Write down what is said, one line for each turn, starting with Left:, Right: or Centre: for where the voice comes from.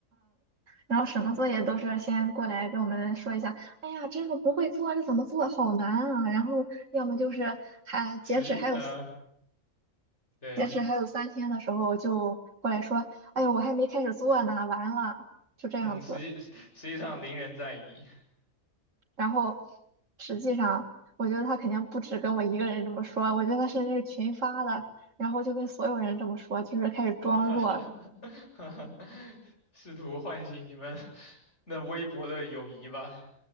Right: 然后什么作业都是先过来跟我们说一下，哎呀，这个不会做，这怎么做，好难啊！然后要么就是还截止还有四
Left: 实呃对，
Right: 截止还有三天的时候就过来说，哎呦，我还没开始做呢，完了，就这样子。
Left: 嗯，实际实际上邻人在矣，
Right: 然后实际上，我觉得他肯定不止跟我一个人这么说，我觉得他甚至是群发的，然后就跟所有人这么说，就是开始装弱，
Left: <laughs> 试图唤醒你们那微薄的友谊吧。